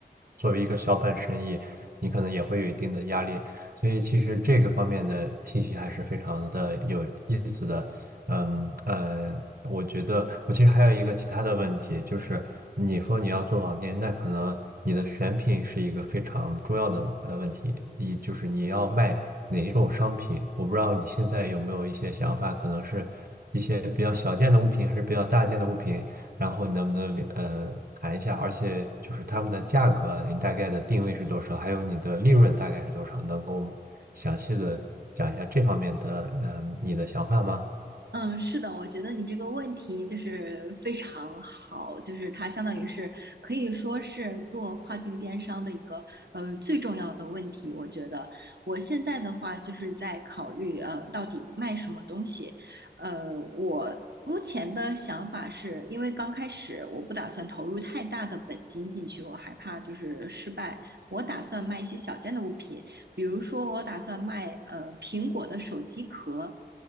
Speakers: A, on the right; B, on the right.
A: 作为一个小本生意，你可能也会有一定的压力，所以其实这个方面的信息还是非常的有意思的。嗯呃，我觉得我其实还有一个其他的问题，就是你说你要做网店，那可能你的选品是一个非常重要的呃问题，一就是你要卖哪一种商品，我不知道你现在有没有一些想法，可能是一些比较小件的物品，还是比较大件的物品，然后你能不能呃谈一下，而且就是他们的价格，你大概的定位是多少，还有你的利润大概是多少，能够详细的讲一下这方面的嗯、呃你的想法吗？
B: 嗯，是的，我觉得你这个问题就是非常好，就是它相当于是可以说是做跨境电商的一个呃最重要的问题。我觉得我现在的话就是在考虑呃到底卖什么东西。呃，我目前的想法是因为刚开始我不打算投入太大的本金进去，我害怕就是失败。我打算卖一些小件的物品，比如说我打算卖呃苹果的手机壳。